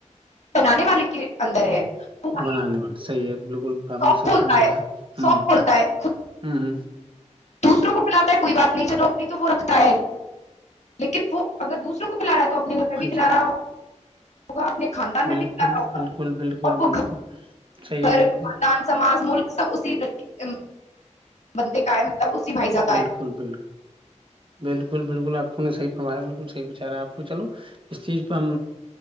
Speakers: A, on the left (about 65°); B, on the right (about 45°).
A: بنانے والے کے اندر ہے وہ بھائی
B: بنانے میں صحیح ہے بالکل آپ
A: شاپ
B: نے سےح
A: کھولتا
B: فرمایا
A: ہے
B: ہ
A: شاپ کھولتا ہے خود
B: ہ ہ ہ
A: دوسروں کو بلاتا ہے کوئی بات نہیں چلو نہیں تو وہ رکھتا ہے لیکن وہ اگر دوسروں کو کھلا رہا ہے تو آپ کبھی
B: ہاں جی
A: کھلا رہا ہو ہوگا آپ نے خاندان میں
B: بالکل
A: بھی کنارا ہوگا
B: بالکل بالکل
A: اور وہ
B: بالکل
A: گھر
B: صحیح ہے بالکل
A: خاندان سماج ملک سب اسی کر کے ا <inaudible> بند کا مطلب اسی بائی جا کا
B: بالکل
A: ہے
B: بالکل بالکل بالکل آپ کو نے صح فوایا بالکل صحیح بچارا آپ کو چلو اس چیز پہ ہم